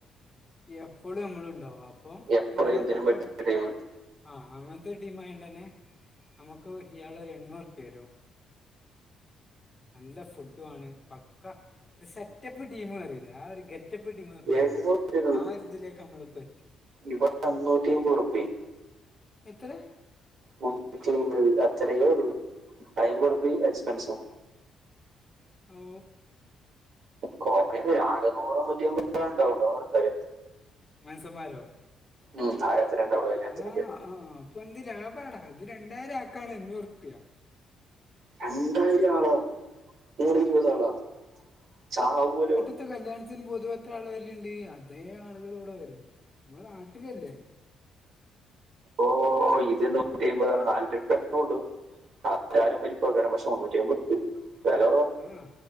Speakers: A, on the left; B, on the right.
A: എപ്പോഴും മ്മൾണ്ടവും അപ്പൊ
B: എപ്പോഴും
A: ഞമ്മള്
B: എന്തിനും
A: പക്ക
B: പറ്റുന്ന ടൈം
A: ആഹ് അങ്ങനത്തെ ഒരു ടീം ആയണ്ടന്നെ നമുക്ക് ഇയാള് എണ്ണൂറ് നല്ല ഫുഡ് ആണ് പക്ക ഒരു സെറ്റപ്പ് ടീം പറിയില്ലേ ആ ഒരു ഗറ്റ് ഗറ്റപ്പ് ടിം ഒക്കെ പറയുലെ
B: എണ്ണൂറ്
A: ആഒരു ഇതിലേക്ക് നമ്മളിപ്പോ എത്തി
B: ഇബട് ത്തെ അന്നുട്ടി അയ്ബ് ഉർപ്പി
A: എത്രയാ
B: മുന്നൂറ്റി ഐമ്പത് അത്ര ഒള്ളു അമ്പത് ഉർപിഎം എക്സ്പെൻസും
A: ഓ
B: കോമഡി <unintelligible> നൂറോ നൂറ്റിമ്പതെ ഉണ്ടാവുള്ളോഅത് വേറെ കാര്യം
A: മനസ്സന്മാരോ
B: ഉം ആകെ എത്ര ണ്ടാവോള്ളൂ കല്യാനത്തി
A: ആ
B: നോക്കെ
A: ആ അപ്പൊ എന്ത് ലാഭമാണ് അത് രണ്ടായിരം ആക്കാണ് എഞ്ഞൂർപ്യ
B: രണ്ടായിരം ആളെ മൂടെ ഇരുപത ആളാ ചാവലോ
A: ഒരു കല്യാണത്തിന് പൊതുവെത്ര ആളു വരല്ലുണ്ട് അതേ ആളുകൾ ഇവിടെ വരും നമ്മൾ നാട്ടിലല്ലേ
B: ഓ ഇത് നൂറ്റി അയ്മ്പതാണ് നാല് ട്രിപ്പ ന്നെള്ളൂ. ആ താലും പരിപ്പോക്കെരം പക്ഷേ മൂന്നിറ്റി അയ്മ്പത്‌ ഇട്ത്ത് ചെലെരെ
A: ആ